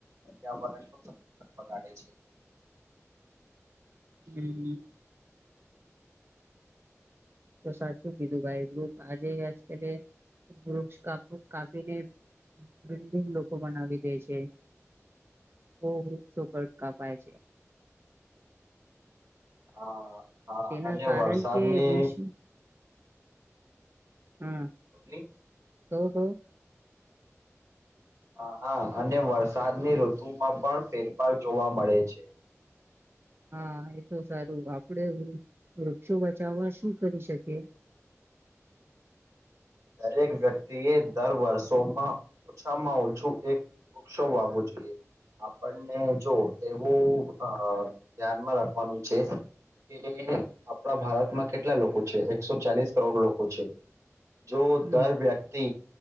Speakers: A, on the right; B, on the right.
A: ત્યાં વરષો વગાડે છે.
B: હમ્મ તો સાચું કીધું ભાઈ ગ્રુપ આજે આજકાલે ગુપાપ કાપીને બિલ્ડિંગ લોકો બનાવી દે છે બહ વૃક્ષોકડ કાપાય છે.
A: હા હા
B: તેના
A: અને
B: કારણ
A: વરસાદની
B: કે વશ્ હમ્મ
A: બોલ્લી
B: કો કો
A: હ હા અને વરસાદની ઋતુમાં પણ ફેરફાર જોવા મળે છે.
B: હા એ તો સારું આપડે વૃક્ષો બચાવવા શું કરી શકીએ
A: દરેક વ્યક્તિ એ દર વર્ષોમાં ઓછામાં ઓછું એક વૃક્ષો વાવવો જોઈએ. આપણને જો એવું ધ્યાનમાં રાખવાનું છે. કે આપણા ભારતમાં કેટલા લોકો છે એકસો ચાલીસ કરોડ લોકો છે. જો
B: હમ
A: દર વ્યક્તિ